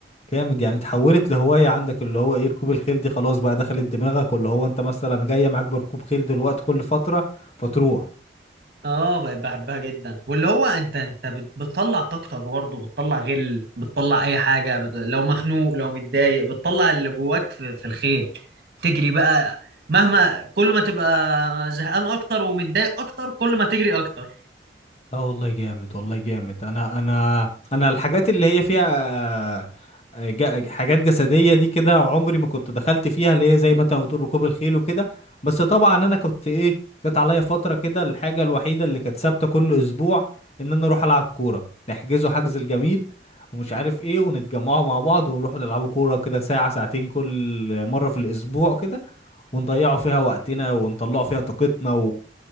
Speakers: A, on the left; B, on the right.
A: جامد يعني اتحولت لهواية عندك اللي هو ايه ركوب الخيل دي خلاص بقى دخلت دماغك واللي هو انت مثلا جاية معاك بركوب خيل دلوقتي كل فترة فتروح
B: اه بقيت بحبها جدا واللي هو انت انت بت- بتطلع طاقتك برضه بتطلع غل بتطلع اي حاجه بت... لو مخنوق لو متضايق بتطلع اللي جواك في, في الخيل تجري بقى مهما كل ما تبقى زهقان اكتر ومتضايق اكتر كل ما تجري اكتر
A: لا والله جامد والله جامد انا انا انا الحاجات اللي هي فيها آه، آه، جا- حاجات جسدية دي كده عمري ما كنت دخلت فيها اللي هي زي ما انت ما بتقول ركوب الخيل وكده بس طبعا انا كنت ايه جت عليا فترة كده الحاجة الوحيدة اللي كانت ثابتة كل اسبوع ان انا اروح العب كورة نحجزه حجز الجميل ومش عارف ايه ونتجمعوا مع بعض ونروح نلعبوا كورة كده ساعة ساعتين كل مرة في الاسبوع كده ونضيعوا فيها وقتنا ونطلعوا فيها طاقتنا و...